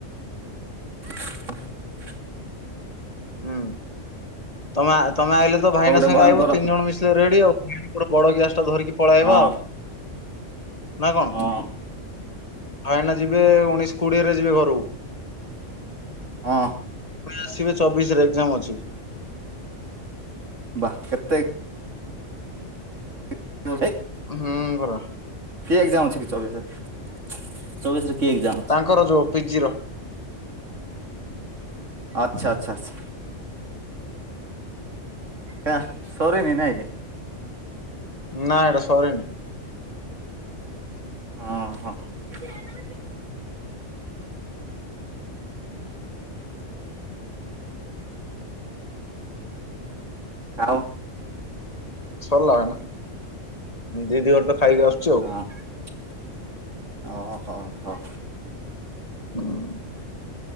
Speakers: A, on the right; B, on the left.
A: <inaudible>
B: ହୁଁ ତମେ ତମେ ଆଇଲେ ତ ଭାଇନା
A: ହବ ଗୋଟେ
B: ସାଙ୍ଗେ
A: ଭୟଙ୍କର
B: ଆଇବ ତିନି ଜଣ ମିଶିଲେ ରେଡି ଆଉ ବଡ ଗ୍ୟାସ ଟା ଧରିକି ପଳେଇବା
A: ହଁ
B: ଆଉ। ନା କଣ?
A: ହଁ
B: ହଏନା ଯିବେ ଉଣେଇଶ କୋଡିଏରେ ଯିବେ ଘରକୁ।
A: ହଁ।
B: ଆସିବେ ଚବିଶରେ ଏକ୍ସାମ ଅଛି।
A: ବା କେତେ? <unintelligible>
B: ହୁଁ ପରା।
A: କି ଏକ୍ସମ୍ ଅଛି କି ଚବିଶରେ ଚବିଶରେ କି ଏକ୍ଜାମ ଅଛି
B: ତାଙ୍କର ଯୋଉ ପିଜିର।
A: ଆଚ୍ଛା ଆଚ୍ଛା ଆଛା ହେ ସରିନିନା
B: ନା ଏଇଟା ସରିନି।
A: ଓହ୍ <unintelligible> ଆଉ
B: ସରଲା ଭେ ନା ଦିଦି ଘର ତ ଖାଇକି ଆସୁଛି ଆଉ।
A: ହଁ ଓ ହୋ ହୋ
B: ହଁ।